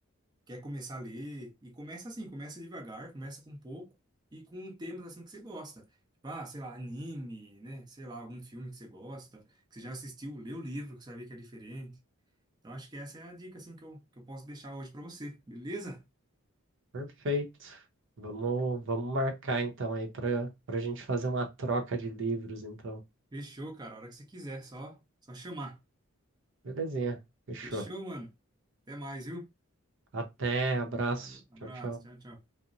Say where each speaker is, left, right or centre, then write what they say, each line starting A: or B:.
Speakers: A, on the right (about 20°); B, on the right (about 60°).
A: quer começar a ler, e começa assim, começa devagar, começa com pouco e com temas, assim, que você gosta. Tipo, ah, sei lá, anime, né? Sei lá, algum filme que você gosta, que você já assistiu, lê o livro, que você vai ver que é diferente. Então acho que essa é a dica assim que eu, que eu posso deixar hoje pra você, beleza?
B: Perfeito. Vamos, vamos marcar então aí pra para gente fazer uma troca de livros, então.
A: Fechou, cara. A hora que você quiser, só só chamar.
B: Belezinha. Fechou.
A: Fechou, mano. Até mais, viu?
B: Até, abraço.
A: Falou. Abraço.
B: Tchau, tchau.
A: Tchau, tchau.